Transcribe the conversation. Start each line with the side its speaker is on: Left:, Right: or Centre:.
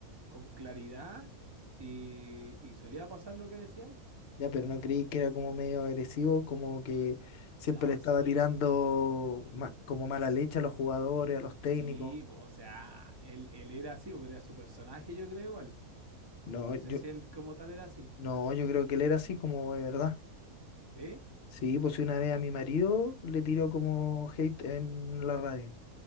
Right: con claridad y, y solía pasar lo que decía él. po.
Left: Ya, pero no creí que era como medio agresivo, como que siempre
Right: No,
Left: le estaba
Right: sí,
Left: tirando
Right: po,
Left: ma- como mala leche a los jugadores, a los técnicos.
Right: sí, po, o sea, él, él era así, po, era su personaje, yo creo, él. po.
Left: No,
Right: No
Left: yo,
Right: sé si él como tal era así.
Left: no, yo creo que él era así como de verdad.
Right: ¿Sí?
Left: Sí, pues una vez a mi marido le tiró como hate en la radio.